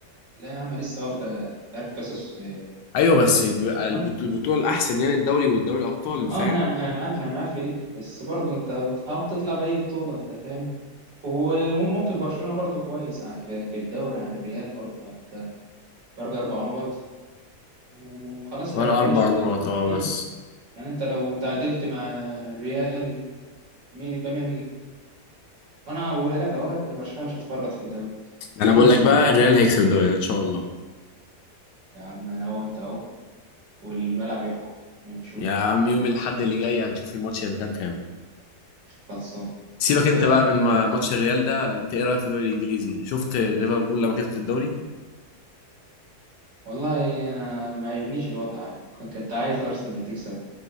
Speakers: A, on the right; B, on the left.
A: لا يا عم لسه واخده عارف كاس الس- آه،
B: أيوه بس
A: كاس
B: بقى
A: السنة.
B: البط-
A: اه
B: البطولة الأحسن يعني الدوري والدوري الأبطال فاهم
A: آه، انا انا معاك انا معاك في دي بس برضه انت بتحاول تطلع باي بطوله انت فاهم وممكن برشلونه برضه كويس ع- في في الدوري عن الريال برضه يعني انت فرق اربع نقط وخلاص
B: فرق
A: احنا بنفنش
B: أربع
A: الدوري
B: نقط
A: أهو.
B: أه بس
A: مم. يعني انت لو تعادلت مع الريال مي- يبقى 100 100 وانا بقولها لك اهو برشلونه مش هتفرط في الدوري
B: أنا بقول
A: انسى
B: لك بقى الريال هيكسب الدوري ده إن شاء الله
A: يا عم انا اهو انت اهو والملعب يحكم نشوف
B: يا عم يوم الأحد اللي جاي هنشوف الماتش هيبقى كام كام
A: خلصان
B: سيبك
A: انت
B: أنت بقى من ما- ماتش الريال ده أنت إيه رأيك في الدوري الإنجليزي شفت ليفربول لما كسبت الدوري
A: والله انا ما عجبنيش الوضع يعني كنت عايز ارسنال تكسب